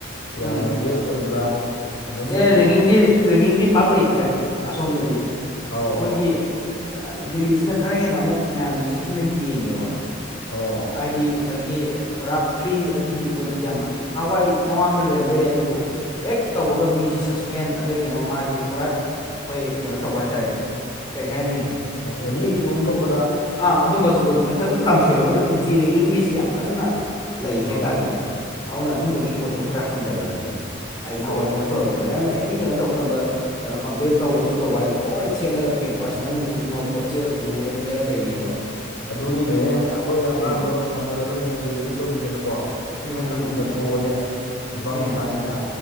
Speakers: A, on the left; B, on the left.
A: ꯎꯝ
B: ꯌꯥꯝꯅ ꯂꯦꯁ ꯑꯣꯏꯕ꯭ꯔꯥ ꯑꯗꯨꯝ
A: ꯑꯦ ꯔꯦꯒꯤꯡꯗꯤ
B: ꯄꯥꯎ
A: ꯔꯦꯒꯤꯡꯗꯤ ꯄꯥꯛ ꯂꯩꯇ꯭ꯔꯦ ꯑꯁꯣꯝꯗꯗꯤ
B: ꯑꯧ
A: ꯃꯣꯏꯒꯤ
B: ꯑꯧ
A: ꯗꯦꯜꯂꯤꯁꯤꯅ ꯈꯔ ꯍꯦꯟꯅ ꯑꯃꯨꯛ ꯃꯌꯥꯝꯅ ꯆꯦꯛꯁꯤꯟꯅ ꯌꯦꯡꯉꯦꯕ
B: ꯑꯣ
A: ꯍꯥꯏꯗꯤ ꯉꯁꯥꯏꯒꯤ ꯄꯨꯔꯥ ꯐ꯭ꯔꯤ ꯑꯗꯨꯒꯤ ꯄꯣꯠꯇꯨ ꯌꯥꯝ ꯅꯍꯥꯟꯋꯥꯏ ꯃꯃꯥꯡꯗ ꯂꯩꯔꯝꯕ ꯌꯥꯏ ꯑꯗꯨꯕꯨ ꯍꯦꯛ ꯇꯧꯕꯒ ꯃꯤꯁꯤ ꯁꯁꯄꯦꯟ ꯑꯗꯩ ꯀꯩꯅꯣ ꯃꯥꯖꯦ ꯄꯨꯔꯥ ꯑꯩꯈꯣꯏ ꯀꯩꯅꯣ ꯇꯧꯕ ꯍꯥꯏ ꯇꯔꯦ ꯀꯩ ꯍꯥꯏꯅꯤ
B: ꯑꯦꯅꯤ ꯏꯁꯨ ꯑꯃ ꯊꯣꯛꯄꯗ
A: ꯑꯥ ꯑꯗꯨꯝꯕ ꯇꯧꯕꯗꯣ ꯃꯣꯏꯁꯦ ꯊꯛꯊꯛ ꯇꯥꯟꯊꯣꯛꯑꯦꯕ ꯑꯗꯨꯅ ꯑꯦꯟꯇꯤ ꯔꯦꯒꯤꯡꯒꯤꯁꯤ ꯌꯥꯝ ꯀꯟꯅ ꯂꯩ
B: ꯑꯧ
A: ꯍꯥꯏꯇꯥꯔꯦꯅꯦ ꯑꯗꯨꯅ ꯑꯗꯨꯝꯕꯒꯤ ꯄꯣꯠꯇꯨ ꯈꯔ ꯍꯟꯊꯒ꯭ꯔꯕꯅꯤ ꯑꯩ ꯅꯍꯥꯟꯋꯥꯏ
B: ꯑꯣ
A: ꯀꯩꯅꯣ ꯇꯧꯔꯝꯃꯦꯕ ꯇ ꯌꯥꯝꯅ ꯑꯦꯅꯤ ꯀꯩꯅꯣ ꯇꯧꯕ ꯃꯇꯝꯗ ꯀꯩꯅꯣ ꯀꯝꯄ꯭ꯂꯦꯟ ꯇꯧꯕ ꯑꯗꯨ ꯇꯧꯕ ꯍꯥꯏꯅ ꯂꯣꯏ ꯊꯦꯠꯂꯒ ꯀꯦꯝꯄꯁ ꯃꯅꯨꯡ ꯈꯨꯗꯤꯡꯃꯛ ꯍꯣꯁꯇꯦꯜ ꯈꯨꯗꯤꯡꯃꯛ ꯂꯣꯏ ꯊꯠ ꯈꯦꯔ <unintelligible> ꯂꯩꯅꯦꯕ
B: ꯑꯗꯨꯅꯤꯅꯦ ꯑꯩꯈꯣꯏ ꯑꯉꯥꯡꯗꯣ
A: ꯎꯝ
B: ꯊꯝꯃꯨꯔꯒ ꯍꯌꯦꯡ ꯔꯦꯒꯤꯡ ꯇꯧꯕꯤꯗꯅꯀꯣ
A: ꯎꯝ
B: ꯐꯠꯇ
A: ꯎꯝ
B: ꯅꯨꯡꯗ
A: ꯎꯝ
B: ꯊꯣꯛꯑꯅꯦ ꯅꯨꯄꯥ
A: ꯎꯝ
B: ꯃꯆꯥꯅꯤꯅ